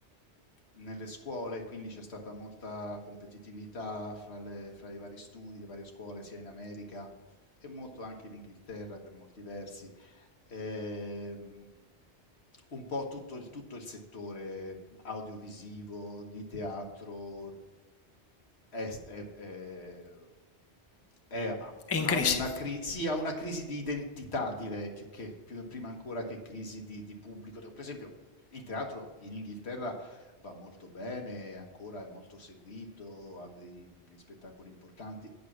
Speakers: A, on the left; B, on the left.
A: nelle scuole, quindi c'è stata molta competitività fra, le, fra i vari studi, le varie scuole sia in America e molto anche in Inghilterra per molti versi. Ehm, un po' tutto il, tutto il settore audiovisivo, di teatro, è, è- è- è- ha
B: È in
A: ha
B: crisi.
A: una, cri- sì, ha una crisi di identità, direi, più che, più- prima ancora che crisi di, di pubblico. Per esempio, il teatro in Inghilterra va molto bene, ancora è molto seguito, ha dei, dei spettacoli importanti,